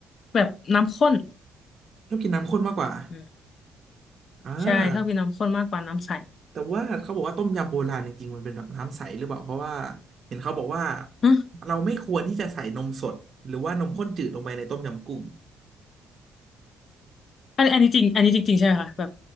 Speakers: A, on the left (about 55°); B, on the right (about 50°).
A: แบบน้ำข้น
B: ชอบกินน้ำข้นมากกว่า
A: อืม
B: อ่า
A: ใช่ชอบกินน้ำข้นมากกว่าน้ำใส
B: แต่ว่าเขาบอกว่าต้มยำโบราณจริงๆมันเป็นแบบน้ำใสหรือเปล่าเพราะว่าเห็นเขาบอกว่า
A: ฮะ
B: เราไม่ควรที่จะใส่นมสดหรือว่านมข้นจืดลงไปในต้มยำกุ้ง
A: อันนี้อันนี้จริงอันนี้จริงๆใช่ไหมคะแบบ